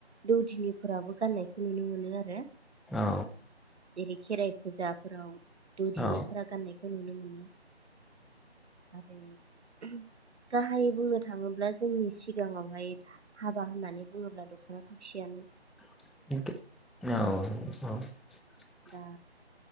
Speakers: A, on the right (about 80°); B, in the centre.
A: दौदिनिफोराबो गाननायखौ नुनो मोनो आरो
B: औ
A: जेरै खेराइ फुजाफोराव दौदिनिफोरा
B: औ
A: गाननाय नुनो मोना आरो गाहायै बुंनो थाङोब्ला जोंनि सिगाङावहाय हाबा होननानै बुङोब्ला दख'ना थावसेयानो
B: औ औ
A: दा